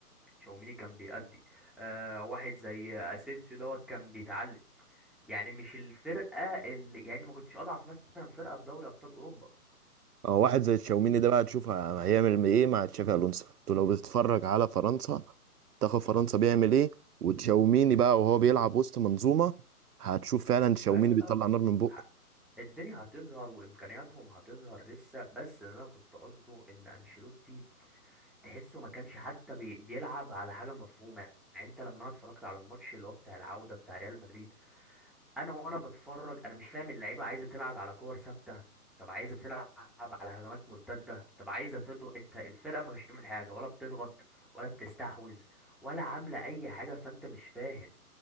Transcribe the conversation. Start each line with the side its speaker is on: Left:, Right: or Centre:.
Centre: تشاوميني كان بيأدي آه واحد زي اسينسيو دوت كان بيتعلم يعني مش الفرقه اللي يعني أنا ما كنتش اضعف مثلا فرقه في دوري ابطال اوروبا
Right: اه واحد زي تشاوميني ده بقى تشوف ه- هيعمل ايه مع تشافي الونسو انتوا لو بتتفرج على فرنسا تاخد فرنسا بيعمل ايه وتشاوميني
Centre: مم.
Right: بقى وهو بيلعب وسط منظومه هتشوف فعلا تشاوميني
Centre: ايوه
Right: بيطلع
Centre: لا
Right: نار من بقه
Centre: ه- الدنيا هتظهر وامكانياتهم هتظهر لسه بس اللي انا كنت قصده ان انشيلوتي تحسه ما كانش حتى بي بيلعب على حاجه مفهومه يعني انت لما انا اتفرجت على الماتش اللي هو بتاع العوده بتاع ريال مدريد انا وانا بتفرج انا مش فاهم اللعيبه عايزه تلعب على كور ثابته طب عايزه تلعب على هجمات مرتده طب عايزه تضغط انت الفرقه مش بتعمل حاجه ولا بتضغط ولا بتستحوذ ولا عامله اي حاجه فانت مش فاهم